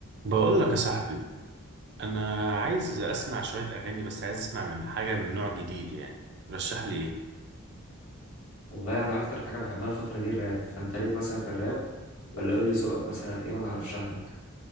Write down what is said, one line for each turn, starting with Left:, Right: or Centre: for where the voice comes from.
Right: بقول لك يا صاحبي انا عايز اسمع شويه اغاني بس عايز اسمع من حاجه من نوع جديد يعني رشح لي ايه
Left: والله انا اكتر حاجه بحبها الفتره دي الراب فانت ليك مثلا في الراب ولا قول لي ذوقك مثلا ايه وانا هرشح لك